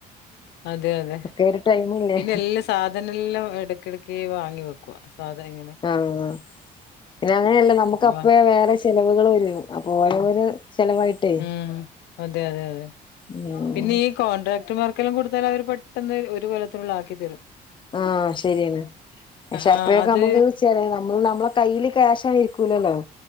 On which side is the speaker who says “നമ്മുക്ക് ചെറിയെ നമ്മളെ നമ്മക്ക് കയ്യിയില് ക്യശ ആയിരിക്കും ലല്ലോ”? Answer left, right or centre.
Left